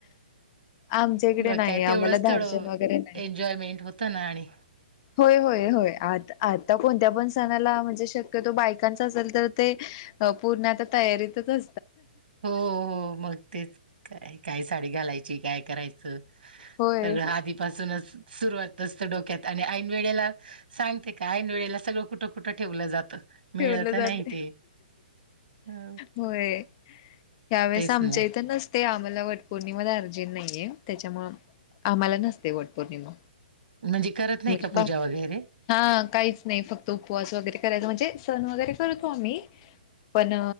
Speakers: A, on the left; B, on the right.
A: आमच्या इकडे
B: मग
A: नाही
B: काय
A: आम्हाला
B: तेवढंच
A: धार्जन
B: थोडं
A: वगैरे नाही
B: एन्जॉयमेंट होतं ना आणि
A: होय होय होय आ आता कोणत्या पण सणाला म्हणजे शक्यतो बायकांचा असेल तर ते अ पूर्ण आता तयारीतचते
B: हो हो मग तेच काय काय साडी घालायची काय करायचं
A: होय
B: सगळ आधीपासूनच सुरुवातचत डोक्यात आणि ऐन वेळेला सांगते का ऐन वेळेला सगळं कुठं कुठं ठेवलं जातं
A: ठेवलं
B: मिळत
A: जाते
B: नाही ते हो
A: होय ह्यावेेळेस
B: तेच
A: आमच्या
B: ना
A: इथं नसते आम्हाला वटपौर्णिमाार नाहीे त्याच्यामुळे आम्हाला नसते वट पौर्णिमा
B: म्हणजे करत नाही
A: म्हणजे
B: का पूजा वगैरे
A: हा काहीच नाही फक्त उपवास वगैरे करायच म्हणजे सण वगैरे करतो आम्ही पण